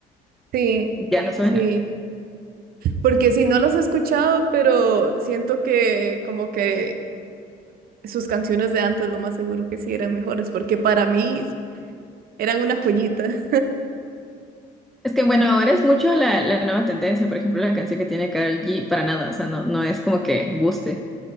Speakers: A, on the right (about 60°); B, in the centre.
A: Sí,
B: ya no suena.
A: sí, porque si no las he escuchado, pero siento que como que sus canciones de antes lo más seguro que sí eran mejores, porque para mí eran una joyita.
B: Es que bueno, ahora es mucho la, la nueva tendencia, por ejemplo, la canción que tiene Karol G, para nada, o sea, no, no es como que guste.